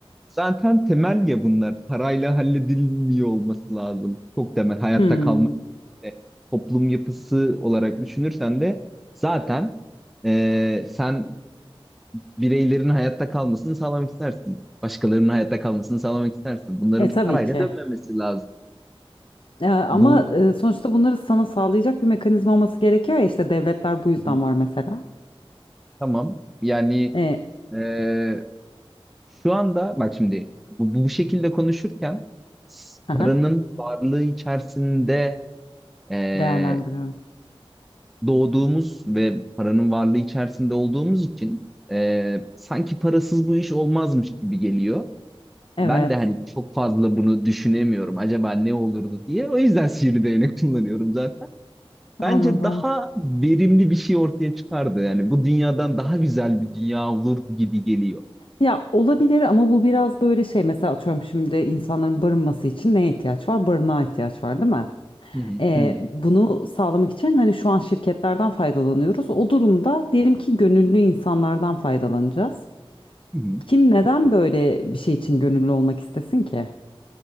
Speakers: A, in the centre; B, on the left.
A: Zaten temel ya bunlar. Parayla halledilmiyor olması lazım. Çok temel hayatta
B: Hmm.
A: kalma e, toplum yapısı olarak düşünürsen de zaten e, sen bireylerin hayatta kalmasını sağlamak istersin. Başkalarının hayatta kalmasını sağlamak istersin. Bunların
B: E tabii
A: parayla
B: ki.
A: dönmemesi lazım.
B: E, ama
A: Bu
B: e, sonuçta bunları sana sağlayacak bir mekanizma olması gerekiyor ya işte devletler bu yüzden
A: Hı hı.
B: var mesela.
A: tamam. Yani
B: E,
A: e, şu anda bak şimdi bu, bu şekilde konuşurken s-
B: aha,
A: paranın varlığı içerisinde e,
B: değerlendiriyorum.
A: doğduğumuz ve paranın varlığı içerisinde olduğumuz için e, sanki parasız bu iş olmazmış gibi geliyor.
B: Evet,
A: Ben de hani çok fazla bunu düşünemiyorum. Acaba ne olurdu diye. O yüzden sihirli değnek kullanıyorum zaten. Bence
B: anladım.
A: daha verimli bir şey ortaya çıkardı. Yani bu dünyadan daha güzel bir dünya olurdu gibi geliyor.
B: Ya olabilir ama bu biraz böyle şey mesela atıyorum şimdi insanların barınması için neye ihtiyaç var? Barınağa ihtiyaç var değil mi?
A: Hı hı,
B: Ee,
A: hı
B: bunu sağlamak için hani şu an şirketlerden faydalanıyoruz. O durumda diyelim ki gönüllü insanlardan faydalanacağız.
A: hı, hı.
B: Kim neden böyle bir şey için gönüllü olmak istesin ki?